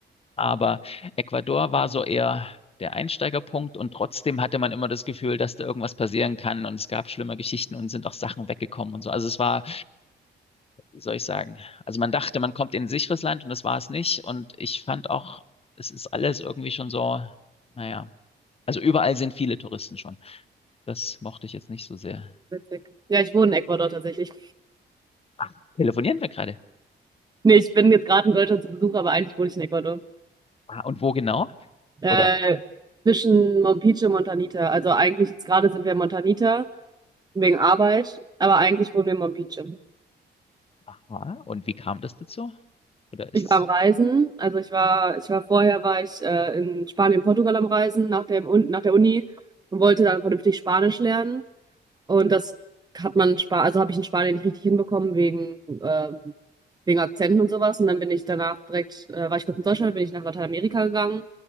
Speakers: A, on the left (about 30°); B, on the right (about 20°).
A: Aber Ecuador war so eher der Einsteigerpunkt und trotzdem hatte man immer das Gefühl, dass da irgendwas passieren kann und es gab schlimme Geschichten und sind auch Sachen weggekommen und so. Also es war wie soll ich sagen? Also man dachte, man kommt in ein sicheres Land und das war es nicht. Und ich fand auch, es ist alles irgendwie schon so, naja. Also überall sind viele Touristen schon. Das mochte ich jetzt nicht so sehr.
B: Witzig. Ja, ich wohne in Ecuador tatsächlich.
A: Ach, telefonieren wir gerade?
B: Nee, ich bin jetzt gerade in Deutschland zu Besuch, aber eigentlich wohne ich in Ecuador.
A: Ah, und wo genau?
B: Äh,
A: Oder,
B: zwischen Mompice und Montanita. Also eigentlich jetzt gerade sind wir in Montanita wegen Arbeit, aber eigentlich wohnen wir in Mompice.
A: aha, und wie kam das dazu? Oder
B: Ich
A: ist,
B: war am Reisen, also ich war, ich war vorher war ich äh, in Spanien, Portugal am Reisen nach dem, Un- nach der Uni und wollte dann vernünftig Spanisch lernen. Und das hat man in Spanien, also habe ich in Spanien nicht richtig hinbekommen wegen, ähm, wegen Akzenten und sowas. Und dann bin ich danach direkt, äh, war ich kurz in Deutschland, dann bin ich nach Lateinamerika gegangen